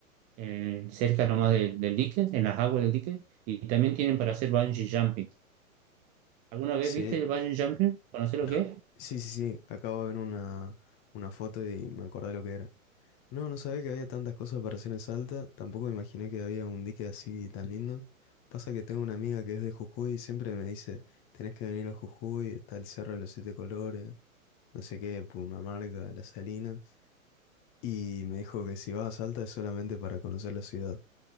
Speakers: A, on the right (about 20°); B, on the left (about 30°).
A: eh, cerca nomás del, del dique, en las aguas del dique. Y también tienen para hacer bungee jumping. ¿Alguna vez
B: Sí,
A: viste el bungee jumping? ¿Conoces lo
B: <laughs>
A: que es?
B: sí, sí, sí. Acabo de ver una, una foto y me acordé lo que era. No, no sabía que había tantas cosas para hacer en Salta. Tampoco me imaginé que había un dique así tan lindo. Pasa que tengo una amiga que es de Jujuy y siempre me dice, tenés que venir a Jujuy, está el Cerro de los Siete Colores, no sé qué, Pumamarca, La Salina. Y me dijo que si vas a Salta es solamente para conocer la ciudad.